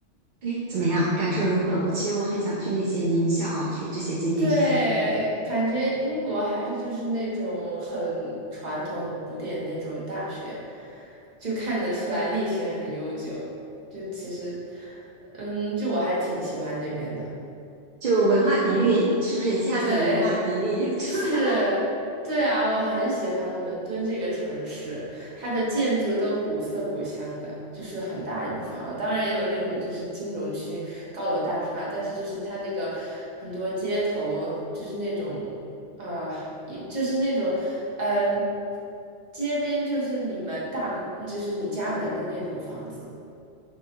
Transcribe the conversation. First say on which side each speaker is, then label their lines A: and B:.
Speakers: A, on the right; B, on the right.
A: 哎，怎么样？感受如何？我其实我很想去那些名校啊，去这些景点去参观。
B: 对，感觉英国还是就是那种很传统、很古典那种大学，就看得出来历史很悠久。就其实，嗯，就我还挺喜欢那边的。
A: 就文化底蕴是不是一下子文化底蕴也
B: 对，
A: <laughs> 出来了
B: 是，对啊，我很喜欢伦敦这个城市，它的建筑都古色古香的，就是很大一部分啊。当然也有那种就是金融区高楼大厦，但是就是它那个很多街头就是那种啊，一、就是那种嗯、街边就是你们大就是你家门的那种房子，